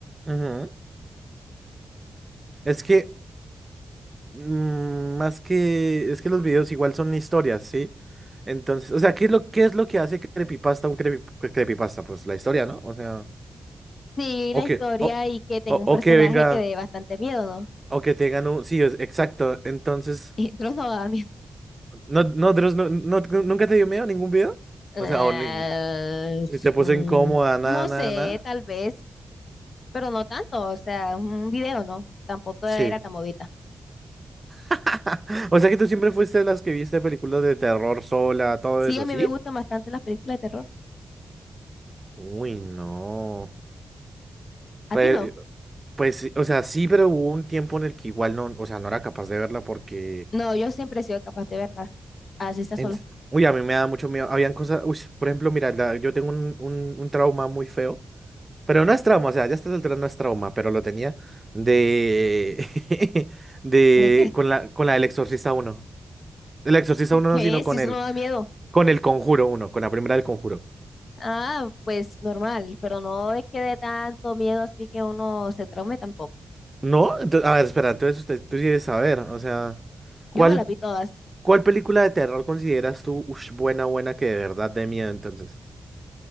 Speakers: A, on the right (about 30°); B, on the left (about 60°).
A: Ujú. Es que, mm, más que, es que los videos igual son historias, ¿sí? Entonces, o sea, ¿qué es lo, qué es lo que hace creepypasta un creepy- cre- creepypasta? Pues la historia, ¿no? O sea,
B: Sí,
A: o
B: la
A: que,
B: historia
A: o,
B: y que tenga
A: o,
B: un personaje
A: o que venga,
B: que dé bastante miedo, ¿no? <laughs>
A: o que tengan un, sí, es, exacto. Entonces,
B: Y Dross no da miedo.
A: no, no, Dross, no, no- ¿nunca te dio miedo ningún video?
B: Eh,
A: O sea, o ni, ni te puso
B: mm,
A: incómoda, nada,
B: no
A: nada,
B: sé,
A: nada.
B: tal vez, pero no tanto, o sea, un video, ¿no? Tampoco
A: Sí.
B: era tan movida.
A: <laughs> O sea que tú siempre fuiste de las que viste películas de terror sola, todo
B: Sí,
A: eso,
B: a mí
A: ¿sí?
B: me gustan bastante las películas de terror.
A: Uy, no.
B: ¿A
A: Pe-
B: ti no?
A: pues, sí, o sea, sí, pero hubo un tiempo en el que igual no, o sea, no era capaz de verla porque,
B: No, yo siempre he sido capaz de verlas, así está
A: en-
B: sola.
A: uy, a mí me da mucho miedo. Habían cosas, uy, por ejemplo, mira, la- yo tengo un, un, un trauma muy feo, pero no es trauma, o sea, ya estás alterando, no es trauma, pero lo tenía de, <laughs> de,
B: ¿De qué?
A: con la, con la del Exorcista uno, El Exorcista
B: <laughs> ¿Por
A: uno
B: qué?
A: no, sino con
B: Si eso
A: el,
B: no da miedo.
A: con el Conjuro uno, con la primera del Conjuro.
B: Ah, pues normal, pero no es que dé tanto miedo así que uno se traume tampoco.
A: ¿No? Entonces, a ver, espera, entonces usted, tú quieres saber, o sea, ¿cuál?
B: Yo me las vi todas.
A: ¿Cuál película de terror consideras tú ush, buena, buena que de verdad de miedo entonces?